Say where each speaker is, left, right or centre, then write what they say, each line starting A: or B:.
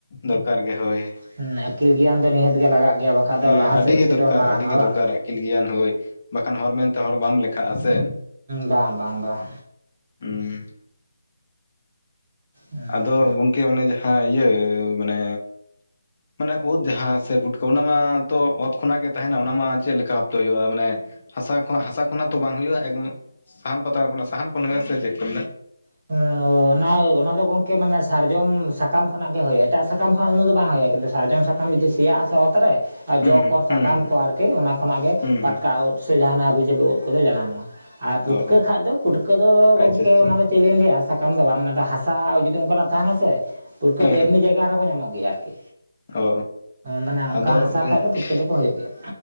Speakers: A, on the left (about 30°); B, on the right (about 25°).
A: ᱫᱚᱨᱠᱟᱨ ᱜᱮ ᱦᱳᱭ
B: ᱦᱮᱸ ᱟᱹᱠᱤᱞ ᱜᱮᱭᱟᱱ ᱫᱚ ᱱᱤᱦᱟᱹᱛ ᱜᱮ ᱞᱟᱜᱟᱜ ᱜᱮᱭᱟ ᱵᱟᱠᱷᱟᱡ ᱫᱚ
A: ᱦᱮᱸ
B: ᱞᱟᱦᱟ
A: ᱟᱹᱰᱤᱜᱮ
B: ᱥᱮᱫ ᱪᱤᱠᱟᱹᱛᱮᱵᱚᱱ
A: ᱫᱚᱨᱠᱟᱨ
B: ᱢᱟᱲᱟᱝᱚᱜᱼᱟ
A: ᱟᱹᱰᱤᱜᱮ
B: ᱵᱟᱝ
A: ᱫᱚᱨᱠᱟᱨ ᱟᱹᱠᱤᱞ ᱜᱮᱭᱟᱱ ᱦᱳᱭ ᱵᱟᱠᱷᱟᱱ ᱦᱚᱲ ᱢᱮᱱᱛᱮ ᱦᱚᱲ ᱵᱟᱢ ᱞᱮᱠᱷᱟᱜᱼᱟ ᱥᱮ᱾
B: ᱵᱟᱝ ᱵᱟᱝ ᱵᱟᱝ
A: ᱦᱩᱸ
B: ᱦᱮᱸ
A: ᱟᱫᱚ ᱜᱚᱢᱠᱮ ᱚᱱᱮ ᱡᱟᱦᱟᱸ ᱤᱭᱟᱹ, ᱢᱟᱱᱮ ᱢᱟᱱᱮ ᱳᱫᱽ ᱡᱟᱦᱟᱸ ᱥᱮ ᱯᱷᱩᱴᱠᱟᱹ ᱚᱱᱟ ᱢᱟᱛᱚ ᱚᱛ ᱠᱷᱚᱱᱟᱜ ᱜᱮ ᱛᱟᱦᱮᱱᱟ ᱚᱱᱟ ᱢᱟ ᱪᱮᱫ ᱞᱮᱠᱟ ᱵᱷᱟᱯᱛᱮ ᱦᱩᱭᱩᱜᱼᱟ? ᱢᱟᱱᱮ ᱦᱟᱥᱟ ᱦᱟᱥᱟ ᱠᱷᱚᱱᱟᱜ ᱛᱚ ᱵᱟᱝ ᱦᱩᱭᱩᱜᱼᱟ ᱮᱠ ᱥᱟᱦᱟᱱ ᱯᱟᱛᱲᱟ ᱠᱷᱚᱱᱟᱜ ᱥᱟᱦᱟᱱ ᱠᱷᱚᱱ ᱦᱩᱭᱩᱜ ᱟ ᱥᱮ ᱪᱮᱫ ᱠᱚ
B: <unintelligible> <unintelligible> ᱚᱱᱟ ᱫᱚ ᱜᱚᱢᱠᱮ ᱢᱟᱱᱮ ᱥᱟᱨᱡᱚᱢ ᱥᱟᱠᱟᱢ ᱠᱷᱚᱱᱟᱜ ᱜᱮ ᱦᱩᱭᱩᱜᱼᱟ ᱮᱴᱟᱜ ᱥᱟᱠᱟᱢ ᱠᱷᱚᱱᱟᱜ ᱩᱱᱟᱜ ᱫᱚ ᱵᱟᱝ ᱦᱩᱭᱩᱜᱼᱟ᱾ ᱠᱤᱱᱛᱩ ᱥᱟᱨᱡᱚᱢ ᱥᱟᱠᱟᱢ ᱥᱟᱠᱟᱢ ᱡᱩᱫᱤ ᱥᱮᱭᱟᱜ ᱟᱥᱮ ᱚᱛ ᱨᱮ ᱟᱨ
A: ᱦᱩᱸ
B: ᱡᱚ
A: ᱦᱩᱸ
B: ᱠᱚ
A: ᱦᱩᱸ
B: ᱥᱟ ᱠᱟᱢ ᱠᱚ ᱟᱨᱠᱤ ᱚᱱᱟ ᱠᱷᱚᱱᱟᱜ ᱜᱮ
A: ᱦᱩᱸ
B: ᱯᱟᱛᱠᱟ
A: ᱦᱩᱸ
B: ᱳᱫᱽ ᱥᱮ ᱡᱟᱦᱟᱱᱟᱜ ᱦᱟᱵᱤᱡᱟᱹᱵᱤ ᱳᱫᱽ ᱠᱚᱫᱚ ᱡᱟᱱᱟᱢᱚᱜᱼᱟ᱾ ᱟᱨ ᱯᱩᱴᱠᱟᱹ
A: ᱦᱩᱸ ᱚ ᱚ
B: ᱠᱷᱟᱡ ᱫᱚ ᱯᱩᱴᱠᱟᱹ ᱫᱚ
A: ᱟᱪᱪᱷᱟ
B: ᱜᱚᱢᱠᱮ
A: ᱟᱪᱪᱷᱟ
B: ᱚᱱᱟᱫᱚ ᱪᱮᱫ ᱞᱤᱧ ᱞᱟᱹᱭᱟ ᱥᱟᱠᱟᱢ ᱫᱚ ᱵᱟᱝ ᱚᱱᱟᱫᱚ ᱦᱟᱥᱟ ᱡᱩᱫᱤ ᱚᱱᱠᱟᱱᱟᱜ ᱛᱟᱦᱮᱱᱟ ᱥᱮ, ᱯᱩᱴᱠᱟᱹ
A: ᱦᱮᱸ
B: ᱫᱚ
A: ᱦᱮᱸ
B: ᱮᱢᱱᱤ ᱡᱟᱭᱜᱟ ᱨᱮᱦᱚᱸ ᱧᱟᱢᱚᱜ ᱜᱮᱭᱟ ᱟᱨᱠᱤ,
A: ᱚ
B: ᱢᱟᱱᱮ ᱚᱱᱠᱟ
A: ᱟᱫᱚ
B: ᱦᱟᱥᱟ
A: ᱜᱚᱝᱠᱮ
B: ᱠᱷᱟᱡ ᱜᱮ ᱯᱩᱴᱠᱟᱹ ᱫᱚ ᱠᱚ ᱦᱩᱭᱩᱜ ᱜᱮᱭᱟ᱾